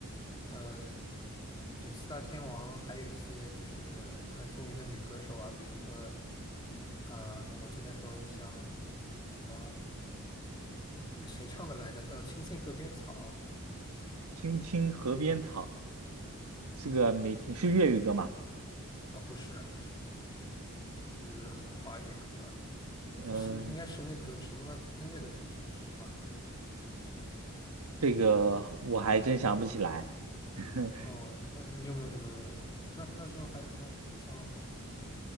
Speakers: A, on the left; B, on the right.
A: 呃，对，四大天王，还有一些就是很著名的女歌手啊，比如说，呃，我记得那时候像什么。那谁唱的来着？叫《青青河边草》
B: 《青青河边草》这个没听，是粤语歌嘛？
A: 啊，不是啊，是华语歌，
B: 嗯，
A: 呃是应该是那个什么音乐的主题曲吧？
B: 这个我还真想不起来。<laughs>
A: 哦，那你有没有什么？那那时候还有什么像